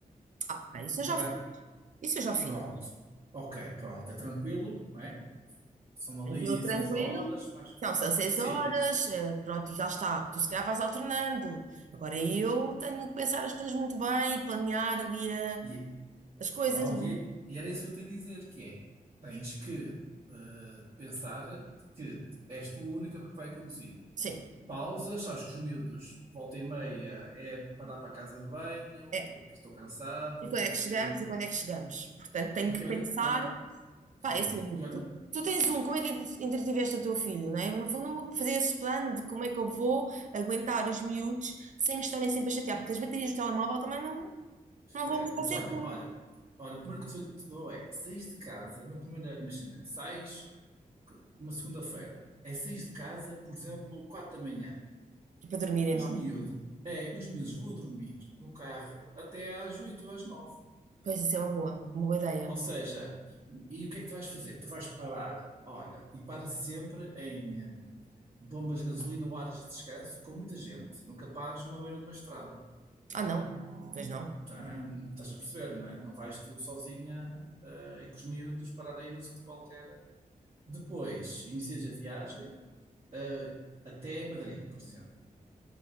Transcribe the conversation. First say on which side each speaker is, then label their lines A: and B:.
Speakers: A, on the right; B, on the right.
A: Ah, ok. Isso eu
B: para.
A: já fiz. Isso eu já fiz.
B: Pronto, ok, pronto, é tranquilo, não é? São ali
A: Tranquilo, tranquilo.
B: seis horas, mais
A: Então, são seis
B: Sim,
A: horas, eh, pronto, e já está. Tu se calhar vais alternando. Agora eu tenho que pensar as coisas muito bem, e planear ali eh,
B: e
A: as coisas,
B: pronto,
A: não
B: e, é-
A: é?
B: e era isso que eu te ia dizer, que é, tens que eh, pensar que és tu a única que vai conduzir.
A: Sim,
B: Pausas, sabes que os miúdos, volta e meia, é parar para a casa de banho,
A: é.
B: porque estou cansado,
A: E quando
B: porque...
A: é que chegamos e quando é que chegamos? Portanto, tenho
B: E
A: que
B: olha,
A: pensar.
B: olha, sim,
A: Pá, é assim,
B: e olha,
A: tu, tu tens um, como é que entre- entretiveste o teu filho, não é? No fundo, fazer esse plano de como é que eu vou aguentar os miúdos sem me estarem sempre a chatear, porque as baterias do telemóvel também não,
B: espera,
A: não vão estar
B: mas
A: sempre
B: olha, olha, olha, o primeiro conselho que te dou é, saís de casa, no primeiro, imagina, sais uma segunda-feira, é saís de casa, por exemplo, quatro da manhã.
A: E para dormirem,
B: Os
A: não
B: miúdos,
A: é?
B: é, os miúdos vão a dormir no carro até às 8 ou às 9.
A: Pois isso é uma boa, uma boa ideia.
B: Ou seja, e o que é que tu vais fazer? Tu vais parar, olha, e para sempre em eh, bombas de gasolina ou áreas de descanso com muita gente. Nunca pares numa beira de uma estrada.
A: Ah, não. Pois não.
B: Tá? Estás a perceber, não é? Não vais tu sozinha eh, e com os miúdos parar aí num sítio qualquer. Depois, inicias a viagem eh, até Madrid, por exemplo.